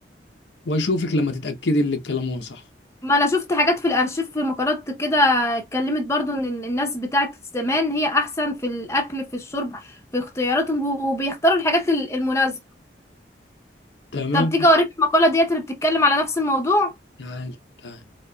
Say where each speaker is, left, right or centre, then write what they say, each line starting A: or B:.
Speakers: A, on the left (about 75°); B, on the left (about 15°).
A: واشوفك لما تتاكدي ان الكلام هو صح
B: ما انا شفت حاجات في الارشيف في مقالات كده اتكلمت برضو ان ال- الناس بتاعت زمان هي احسن في الاكل في الشرب في اختياراتهم وبيختاروا الحاجات ال- المناسبة
A: تمام
B: طب تيجي اوريك المقالة ديت اللي بتتكلم على نفس الموضوع
A: تعالي تعالي